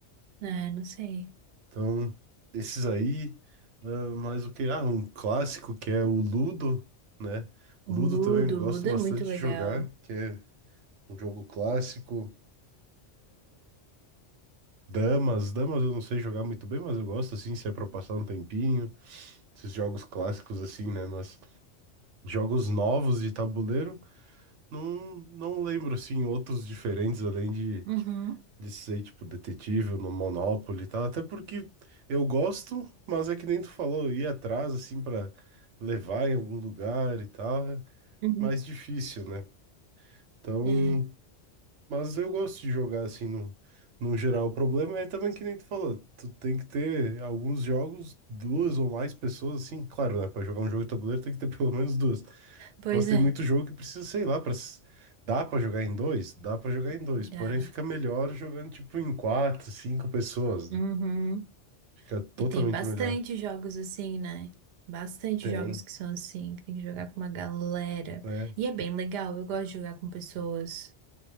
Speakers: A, on the right; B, on the right.
A: É, não sei.
B: Então, esses aí, ah, mais o que? Ah, um clássico que é o Ludo, né?
A: O
B: Ludo
A: Ludo,
B: também gosto
A: o Ludo
B: bastante
A: é muito legal.
B: de jogar, que é um jogo clássico. Damas, damas eu não sei jogar muito bem, mas eu gosto assim, se é pra passar um tempinho. Esses jogos clássicos assim, né? Mas jogos novos de tabuleiro, não, não lembro assim outros diferentes além de
A: Uhum.
B: de ser, tipo, detetive no Monopoly e tal, até porque eu gosto, mas é que nem tu falou, ir atrás, assim, pra levar em algum lugar e tal, é
A: Uhum.
B: mais difícil, né? Então,
A: É.
B: mas eu gosto de jogar, assim, no, no geral. O problema é também que nem tu falou, tu tem que ter alguns jogos, duas ou mais pessoas, assim, claro, né? Pra jogar um jogo de tabuleiro tem que ter <laughs> pelo menos duas,
A: Pois
B: nossa, tem
A: é.
B: muito jogo que precisa, sei lá, pra... s- dá pra jogar em dois? Dá pra jogar em dois,
A: Dá.
B: porém fica melhor jogando tipo em quatro, cinco pessoas.
A: Uhum.
B: né? Fica totalmente
A: E tem bastante
B: melhor.
A: jogos assim, né? Bastante
B: Tem,
A: jogos que são assim, que tem que jogar com uma galera.
B: né?
A: E é bem legal, eu gosto de jogar com pessoas.